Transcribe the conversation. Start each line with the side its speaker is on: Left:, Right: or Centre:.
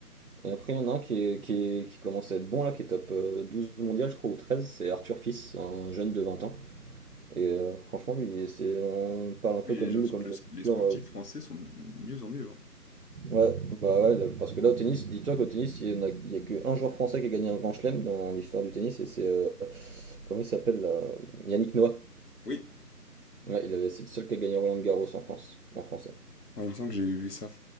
Right: Et après, il y en a un qui, est- qui, est- qui commence à être bon, là, qui est top euh, 12 mondial, je crois, ou 13, c'est Arthur Fils, un jeune de 20 ans. Et euh, franchement, lui, c'est, on parle un peu
Left: Oui,
Right: comme
Left: j'ai l'impression
Right: lui, comme
Left: que le-
Right: le futur.
Left: les sportifs
Right: euh,
Left: français sont de mieux en mieux. hein.
Right: Ouais, bah ouais, là, parce que là, au tennis, dis-toi qu'au tennis, il n'y a, il y a qu'un joueur français qui a gagné un grand chelem dans l'histoire du tennis, et c'est. euh, comment il s'appelle là? Yannick Noah.
Left: Oui.
Right: Ouais, il avait- c'est le seul qui a gagné Roland Garros en France, en français.
Left: Ouais, il me semble que j'ai vu ça.